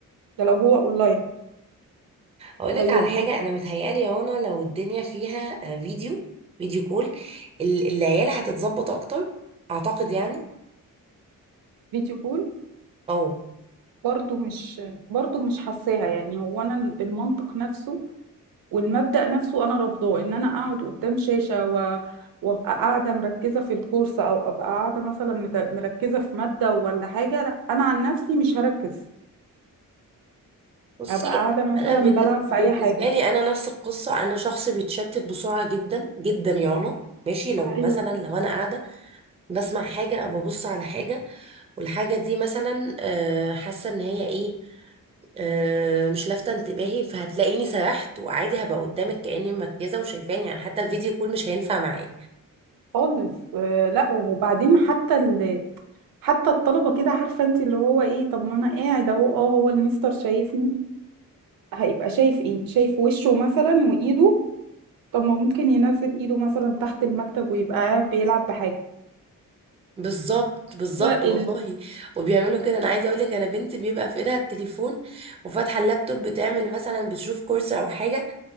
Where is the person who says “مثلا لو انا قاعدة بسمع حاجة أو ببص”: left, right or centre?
Right